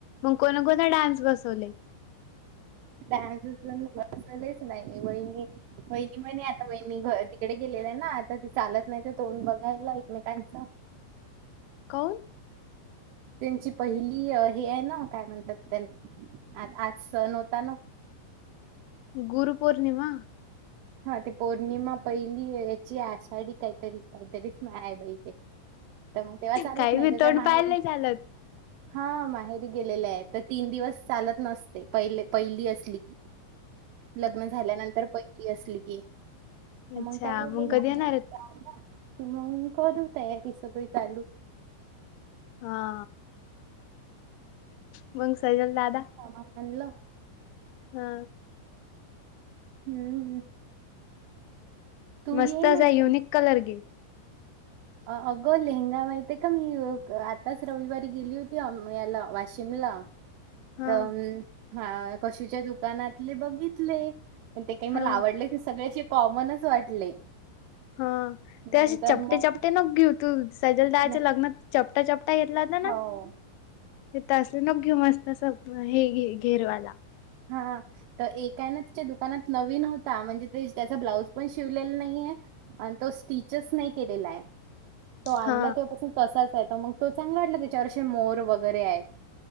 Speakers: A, on the left; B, on the right.
A: कोणता कोणता डान्स बसवले?
B: डान्स अजून बसवलेच नाही. वहिनी वहिणी म्हणे आता बहिणी तिकडे गेलेल्या आहे ना आता ते चालत नाही तर तोंड बघायला एकमेकांच.
A: काहून.
B: त्यांची पहिली हे आहे ना काय म्हणतात त्याला आ आज सन होता ना.
A: गुरु पौर्णिमा.
B: हा ते पौर्णिमा पहिली याची आषाढी काहीतरी काहीतरीच आहे बाई ते. तर मग तेव्हा चालत
A: काही
B: नाही
A: बी
B: तर
A: तोंड
B: त्या माहेरी.
A: पाहायला नाही चालत
B: हा माहेरी गेलेले आहे तर तीन दिवस चालत नसते पहिले पहिली असली की.
A: <inaudible>
B: लग्न झाल्यानंतर पहिली असली की, मग
A: अच्छा
B: त्या <unintelligible>
A: मग कधी येणार आहेत
B: कि मग करू तयारी सगळी चालू.
A: हा... मग <unintelligible> दादा.
B: समान आणनलं?
A: हा.
B: हम्म. तू
A: मस्त
B: ये म्हटलं
A: असा युनिक कलर घे.
B: अ अगं लेहंगा माहितय का मी आताच रविवारी गेली होती याला वाशिमला
A: हा
B: तम हा कशीच्या दुकानातले बघितले पण ते काही मला
A: हा
B: आवडलेच नाही सगळे असे कॉमनच वाटले.
A: हा ते
B: नंतर
A: असे चपटे
B: मग
A: चपटे नको घेऊतू सजलदादाच्या
B: नाही-
A: लग्नात चपटा चपटा घेतलात.
B: हो
A: ते अस नको घेऊ मस्त अस हे घे घेरवाला.
B: हा. तर एका हाय ना तीच्या दुकानात नवीन होता, म्हणजे ते त्याचा ब्लाऊज पण शिवलेला नाहीये आणि तो स्टिचेस नाही केलेला आहे. तो आणला
A: हा
B: तेव्हापासून तसाच आहे तर मग तो चांगला वाटला त्याच्यावर मोर वगैरे आहेत.